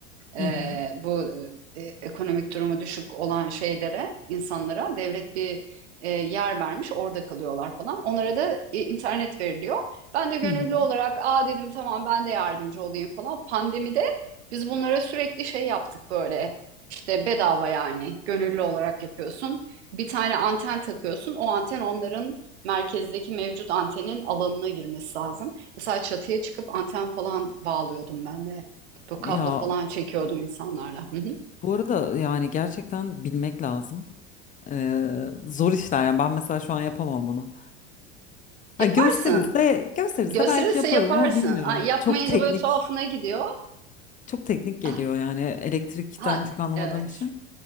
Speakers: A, on the right (about 80°); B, on the left (about 25°).
A: e,
B: Hı hı.
A: bu e, ekonomik durumu düşük olan şeylere, insanlara devlet bir e, yer vermiş, orada kalıyorlar falan. Onlara da e, internet veriliyor. Ben de gönüllü
B: Hı hı.
A: olarak, aa dedim tamam ben de yardımcı olayım falan. Pandemide biz bunlara sürekli şey yaptık böyle. İşte bedava yani gönüllü olarak yapıyorsun. Bir tane anten takıyorsun. O anten onların merkezdeki mevcut antenin alanına girmesi lazım. Mesela çatıya çıkıp anten falan bağlıyordum ben de bu kablo
B: Ya
A: falan çekiyordum insanlarla. Hı hı.
B: bu arada yani gerçekten bilmek lazım. Ee, zor işler yani ben mesela şu an yapamam bunu. Ha,
A: Yaparsın.
B: gösterilse gösterilse
A: Gösterirse
B: belki yaparım
A: yaparsın.
B: ama bilmiyorum.
A: Ha, yapmayınca
B: Çok teknik
A: böyle tuhafına gidiyor.
B: çok teknik geliyor
A: Ah,
B: yani elektrikten
A: hadi.
B: çok anlamadığım
A: Evet.
B: için.